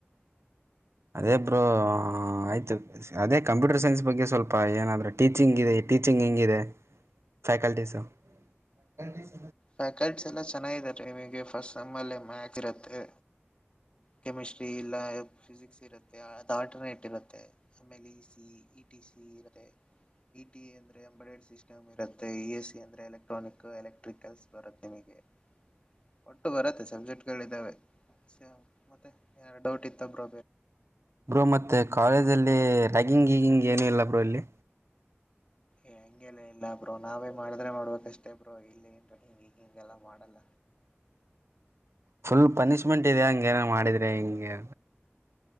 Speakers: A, on the right; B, on the left.
A: ಅದೇಬ್ರು ಆಯ್ತು ಅದೇ ಕಂಪ್ಯೂಟರ್ ಸೈನ್ಸ್ ಬಗ್ಗೆ ಸ್ವಲ್ಪ ಪಾಏನ್ರೆ ಟಚಿಂಗ ಇದೆ ಟೀಚಿಂಗ್ ಹೆಂಗಿದೆ ಹ <inaudible> ಫ್ಯಾಕಲ್ಟೀ ಸ <inaudible>
B: ಫ್ಯಾಕಲ್ಟೀಸ್ ಎಲ್ಲ ಚೆನ್ನಾಗಿದೆ ಫಸ್ಟ್ ಮ್ಯಾಥ ಇರುತ್ತೆ ಕೆಮಿಸ್ಟ್ರಿ ಇಲ್ಲ ಫಿಸಿಕ್ಸ್ ಇರುತ್ತೆ ಅದು ಆಲ್ಟರ್ನೇಟ್ ಇರುತ್ತೆ ಆಲೆ E C E T C ಇರುತ್ತೆ ಇ ಟಿ ಎ ಅಂದ್ರೆ ಅಂಬಡ್ ಸಿಸ್ಟಮ್ ಇರುತ್ತೆ ಇ ಎಸ್ ಸಿ ಅಂದ್ರೆ ಎಲೆಕ್ಟ್ರಾನಿಕ್ ಎಲೆಕ್ಟ್ರಿಕಲ್ಸ್ ತಮಗೆ ಒ ಬರತ್ತೆ ಸಬ್ಜೆಕ್ಟ್ಗಳಿದ್ದಾವೆ ಸೇ ಮತ್ತೆ ಏನಾದ ಡೌಟ್ ಇತ್ತಬೃ
A: ಬ್ರೋ ಮತ್ತೆ ಕಾಲೇಜ ಅಲ್ಲಿ ರ್ಯಾಗಿಂಗ್ ಗೀಗಿಂಗ್ ಏನು ಇಲ್ಲ ಬ್ರೋ ಇಲ್ಲಿ
B: ಏ ಹಂಗೆಲ್ಲ ಇಲ್ಲ ಬ್ರೋ ನಾವೇ ಮಾಡಿದ್ರೆ ಮಾಡ್ಬೇಕಷ್ಟೇ ಬ್ರೋ ಇಲ್ಲಿ ಏನ್ ಈಗ ಹಿಂಗೆಲ್ಲ ಮಾಡಲ್ಲ
A: ಫುಲ್ ಪನಿಶ್ಮೆಂಟ್ ಇದಾ ಹಂಗ ಏನ ಮಾಡಿದ್ರೆ ಹಿಂಗೆ